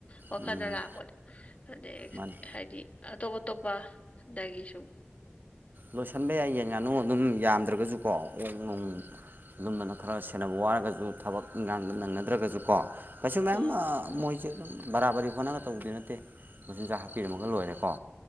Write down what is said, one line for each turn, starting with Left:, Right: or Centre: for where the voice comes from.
Left: ꯋꯥꯈꯜꯗ
Right: ꯎꯝ
Left: ꯂꯥꯛꯄꯗꯣ ꯑꯗꯩ
Right: ꯃꯥꯅꯤ
Left: ꯍꯥꯏꯗꯤ ꯑꯇꯣꯞ ꯑꯇꯣꯞꯄꯗꯒꯤꯁꯨꯝ
Right: ꯂꯣꯏꯁꯤꯟꯕ ꯌꯥꯏ ꯌꯦꯟ ꯉꯥꯅꯨ ꯑꯗꯨꯝ ꯌꯥꯝꯗ꯭ꯔꯒꯁꯨꯀꯣ ꯑꯣꯛ ꯅꯣꯡ ꯑꯗꯨꯝꯕꯅ ꯈꯔ ꯁꯦꯟꯅꯕ ꯋꯥꯔꯒꯁꯨ ꯊꯕꯛ ꯏꯟꯈꯥꯡꯗ ꯅꯪꯅꯗ꯭ꯔꯒꯁꯨꯀꯣ ꯀꯩꯁꯨ ꯃꯌꯥꯝ
Left: ꯍꯣꯏ
Right: ꯃꯣꯏꯁꯦ ꯑꯗꯨꯝ ꯕꯔꯥꯕꯔꯤ ꯍꯣꯠꯅꯒ ꯇꯧꯕꯗꯤ ꯅꯠꯇꯦ ꯃꯆꯤꯟꯖꯥꯛ ꯍꯥꯞꯄꯤꯔꯝꯃꯒ ꯂꯣꯏꯔꯦꯀꯣ